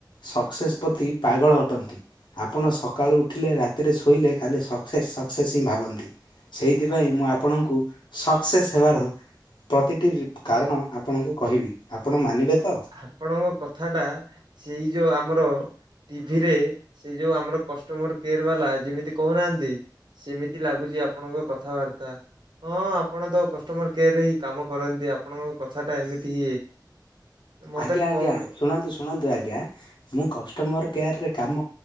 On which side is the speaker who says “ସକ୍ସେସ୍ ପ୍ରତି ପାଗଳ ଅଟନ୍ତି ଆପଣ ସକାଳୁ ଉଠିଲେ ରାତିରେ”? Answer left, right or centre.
Left